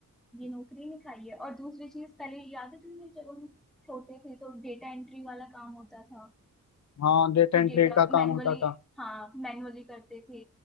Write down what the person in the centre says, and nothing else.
ये नौकरी नहीं खाई है और दूसरी चीज पहले याद है तुम्हें जब हम छोटे थे तो डेटा एंट्री वाला काम होता था
कि
डेटा
मैनुअली
हाँ मैनुअली करते थे